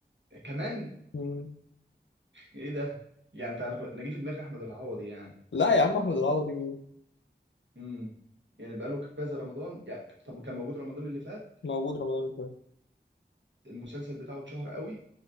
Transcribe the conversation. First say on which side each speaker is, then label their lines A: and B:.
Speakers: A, on the right (about 80°); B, on the left (about 80°).
A: كمان
B: مم.
A: ايه ده يعني انت انا كنت- أنا جه في دماغي احمد العوضي يعني
B: لا يا عم احمد العوضي مين؟
A: امم يعني بقاله كذا رمضان يعني طب كان موجود رمضان اللي فات
B: موجود رمضان اللي
A: المسلسل بتاعه اتشهر قوي